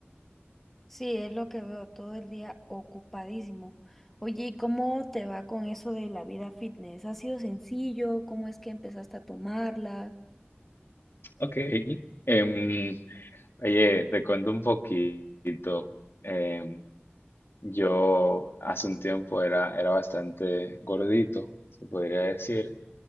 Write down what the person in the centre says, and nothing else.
Sí, es lo que veo todo el día ocupadísimo. Oye, ¿y cómo te va con eso de la vida fitness? ¿Ha sido sencillo? ¿Cómo es que empezaste a tomarla?